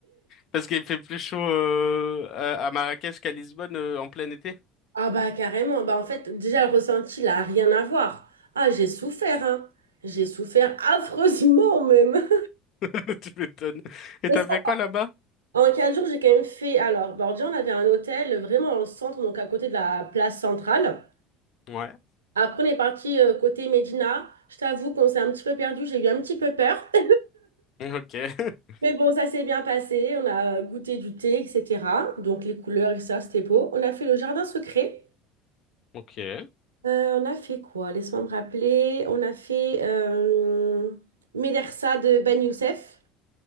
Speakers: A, on the left; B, on the right.
A: Parce qu'il fait plus chaud euh, à à Marrakech qu'à Lisbonne euh, en plein été.
B: Ah bah carrément, bah en fait déjà le ressenti là a rien à voir. Ah j'ai souffert, hein. J'ai souffert affreusement même.
A: <laughs> Tu m'étonnes. Et
B: <laughs> Mais
A: t'as
B: ça,
A: fait quoi là-bas?
B: en 15 jours j'ai quand même fait, alors Bordeaux on avait un hôtel vraiment dans le centre, donc à côté de la place centrale.
A: Ouais.
B: Après on est parti euh, côté Médina, je t'avoue qu'on s'est un petit peu perdu, j'ai eu un petit peu peur. <laughs>
A: Ok. <laughs>
B: Mais bon ça s'est bien passé, on a euh, goûté du thé, etc. Donc les couleurs, et ça c'était beau. On a fait le jardin secret.
A: Ok.
B: Euh, on a fait quoi? Laisse-moi me rappeler. On a fait euh, Médersa de Ben Youssef.